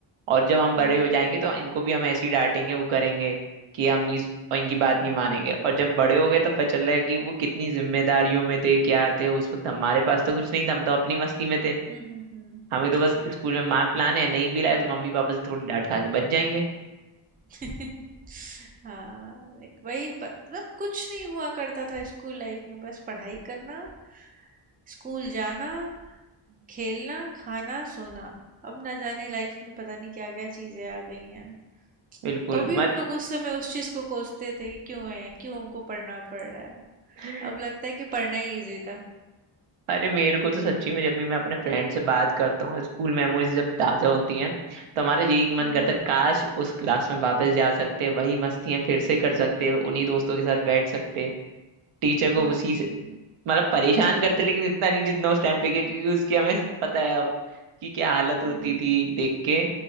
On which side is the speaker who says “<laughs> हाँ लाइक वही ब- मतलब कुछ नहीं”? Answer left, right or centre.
Right